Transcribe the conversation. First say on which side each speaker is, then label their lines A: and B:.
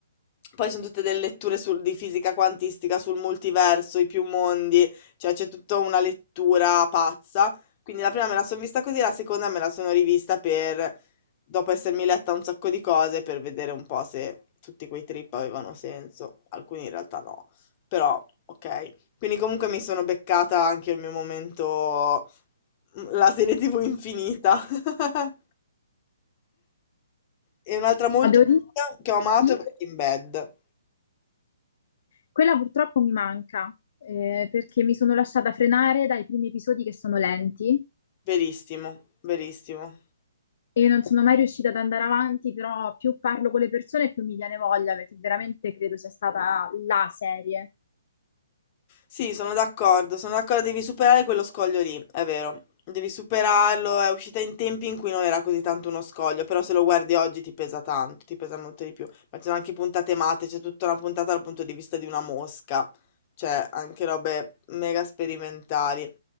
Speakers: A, on the left; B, on the left.
A: poi sono tutte delle letture sul- di fisica quantistica, sul multiverso, i più mondi, cioè c'è tutta una lettura pazza. Quindi la prima me la sono vista così, la seconda me la sono rivista per dopo essermi letta un sacco di cose per vedere un po' se tutti quei trip avevano senso, alcuni in realtà no, però ok. Quindi comunque mi sono beccata anche il mio momento, mm, la serie TV infinita. <laughs> E un'altra molto
B: Ma devo dire,
A: figa che ho amato
B: sì,
A: è Breaking Bad.
B: Quella purtroppo mi manca, eh, perché mi sono lasciata frenare dai primi episodi che sono lenti
A: Verissimo, verissimo.
B: e non sono mai riuscita ad andare avanti, però più parlo con le persone più mi viene voglia, perché veramente credo sia stata la serie.
A: Sì, sono d'accordo, sono d'accordo, devi superare quello scoglio lì, è vero. Devi superarlo, è uscita in tempi in cui non era così tanto uno scoglio, però se lo guardi oggi ti pesa tanto, ti pesa molto di più. Ma ci sono anche puntate matte, c'è tutta una puntata dal punto di vista di una mosca, cioè anche robe mega sperimentali.